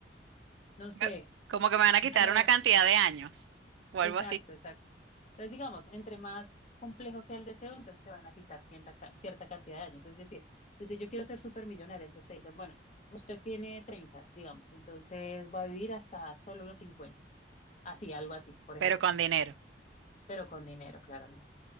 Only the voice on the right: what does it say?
Me- Como que me van a
quitar
una cantidad de años o
algo así,
pero
con dinero.